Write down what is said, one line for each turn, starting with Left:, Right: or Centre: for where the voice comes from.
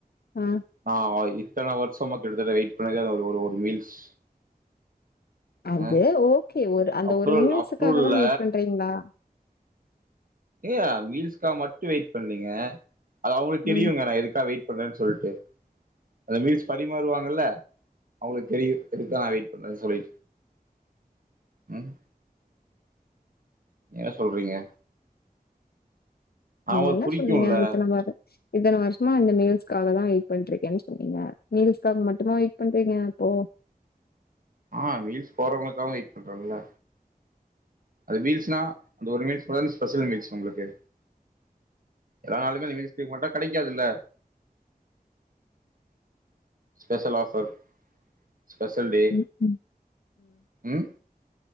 Left: ஆ
Right: ஆமா இத்தன வர்ஷமா கிட்டதட்ட வெயிட் பண்ணிதா ஒரு ஒரு ஒரு மீல்ஸ்
Left: அது
Right: அ
Left: ஓகே ஒரு அந்த
Right: அப்ரூவல்
Left: ஒரு மீல்ஸுக்காக
Right: அப்ரூவல்ல
Left: தா வெயிட் பண்றீங்ளா
Right: ஏங்க மீல்ஸ்காக மட்டு வெய்ட் பண்லைங்க அது அவுங்ளுக்கு தெரியுங்க
Left: ம்
Right: நா எதுக்கா வெயிட் பன்றேன் சொல்ட்டு அந்த மீல்ஸ் பரிமாறுவாங்கல்ல அவுங்ளுக்கு தெரியு எதுக்கு நா வெய்ட் பண்றேன் சொல்லி ம் ஏ சொல்றீங்க
Left: நீங்க
Right: அவங்களுக்கு
Left: என்ன
Right: புடிக்கும்ல
Left: சொன்னீங்க இத்தன வரு இத்தன வர்ஷமா இந்த மீல்ஸ்காக தா வெய்ட் பண்ட்ருக்கேன் சொன்னீங்க மீல்ஸ்காக மட்டுமா வெய்ட் பண்றீங்க அப்போ
Right: ஆ மீல்ஸ் போட்றவ்ங்ளுக்காகவு வெய்ட் பண்றன்ல அது மீல்ஸ்னா அந்த ஒரு மீல்ஸ் தானே ஸ்பெஷல் மீல்ஸ் உங்களுக்கு நா அதுல இந்த மீல்ஸ் ஃப்ரீக்வண்ட்டா கெடைக்காதுல்ல ஸ்பெஷல் ஆஃபர் ஸ்பெஷல் டே
Left: ம் ம்
Right: ம்